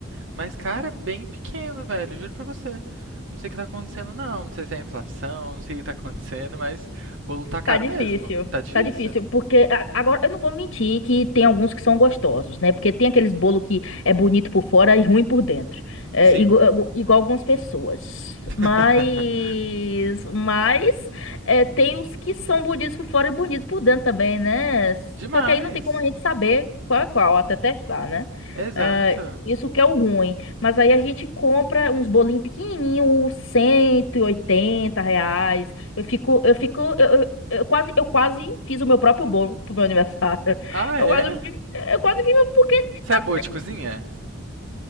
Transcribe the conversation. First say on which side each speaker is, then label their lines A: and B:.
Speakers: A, on the right (about 65°); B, on the left (about 65°).
A: Mas, cara, bem pequeno, velho, juro pra você. Não sei o que tá acontecendo, não. Não sei se é inflação, não sei o que tá acontecendo, mas bolo tá caro
B: Tá difícil,
A: mesmo. Tá difícil.
B: tá difícil, porque a- agora eu não vou mentir que tem alguns que são gostosos, né? Porque tem aqueles bolo que é bonito por fora e ruim por dentro, é,
A: Sim.
B: igu- igu- igual, algumas pessoas.
A: <laughs>
B: Mas, mas é, tem os que são bonitos por fora e bonitos por dentro também, né?
A: Demais.
B: Só que aí não tem como a gente saber qual é qual até testar, né?
A: Exato.
B: É, isso que é o ruim. Mas aí a gente compra uns bolinhos pequenininhos, 180 reais. Eu fico, eu fico, eu, eu quase, eu quase fiz o meu próprio bolo pro meu aniversário. <laughs>
A: Ah,
B: Eu
A: é?
B: quase, fiz- eu quase fiz, meu- porque
A: Você
B: tá,
A: é boa de cozinha?